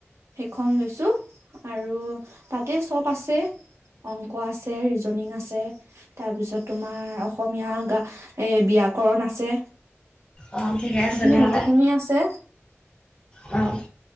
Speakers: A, on the right; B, on the left.
A: সেইখন লৈছো আৰু তাতে চপ আছে। অংক আছে ৰিজনিং আছে তাৰপিছত তোমাৰ অসমীয়া গা, এ ব্যাকৰণ আছে।
B: অ ঠিকে আছে
A: সেইখিনি
B: তেনেহ'লে
A: গোটেইখিনি আছে।
B: অঁ